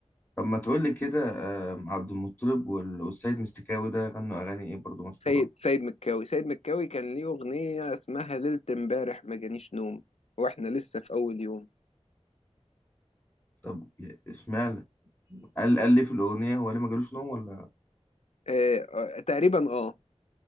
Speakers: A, on the left; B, on the left.
A: طب ما تقول لي كده آه عبد المطلب وال- والسيد مستكاوي ده غنوا اغاني ايه برضو مشهورة
B: سيد سيد مكاوي سيد مكاوي كان ليه أغنية اسمها ليلة امبارح ما جانيش نوم واحنا لسه في أول يوم
A: طب اشمعنى قال قال ليه في الاغنية هو ليه ما جالوش نوم ولا
B: آه، آه، تقريبا اه